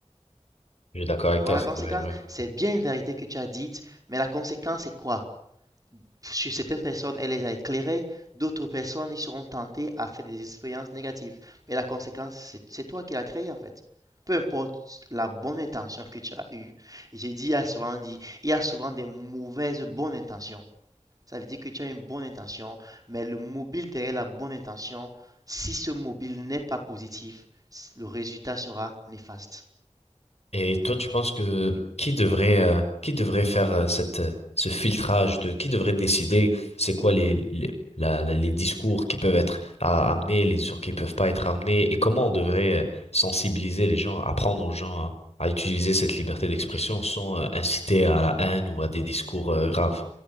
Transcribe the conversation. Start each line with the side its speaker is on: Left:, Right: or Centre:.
Left: Je suis d'accord
Right: Tu
Left: avec
Right: vois
Left: toi,
Right: la
Left: c'est
Right: conséquence?
Left: vrai, ouais.
Right: C'est bien une vérité que tu as dite, mais la conséquence c'est quoi? Sur certaines personnes, elle les a éclairées, d'autres personnes, ils seront tentés à faire des expériences négatives. Mais la conséquence, c'est c'est toi qui l'as créée en fait. Peu importe la bonne intention que tu as eue, et j'ai dit, il y a souvent dit, il y a souvent des mauvaises bonnes intentions. Ça veut dire que tu as une bonne intention, mais le mobile derrière la bonne intention, si ce mobile n'est pas positif, le résultat sera néfaste.
Left: Et toi, tu penses que qui devrait euh, qui devrait faire euh, cette euh, ce filtrage de qui devrait décider c'est quoi les les, la- la- les discours qui peuvent être à, amenés, les discours qui peuvent pas être amenés et comment on devrait euh, sensibiliser les gens, apprendre aux gens à, à utiliser cette liberté d'expression sans euh, inciter à la haine ou à des discours euh, graves.